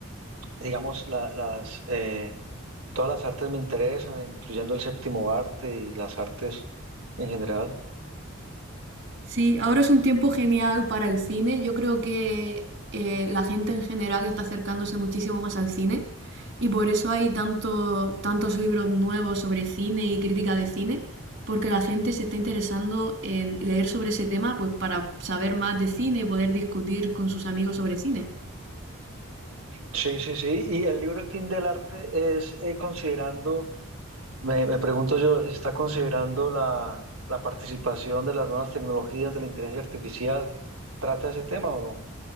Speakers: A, on the right; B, on the right.
A: digamos, la- las, eh, todas las artes me interesan, incluyendo el séptimo arte y las artes en general.
B: Sí, ahora es un tiempo genial para el cine. Yo creo que eh, la gente en general está acercándose muchísimo más al cine y por eso hay tanto, tantos libros nuevos sobre cine y crítica de cine, porque la gente se está interesando en leer sobre ese tema pues, para saber más de cine y poder discutir con sus amigos sobre cine.
A: Sí, sí, sí. Y el libro El fin del arte es eh, considerando Me, me pregunto yo, ¿está considerando la, la participación de las nuevas tecnologías de la inteligencia artificial? ¿Trata ese tema o no?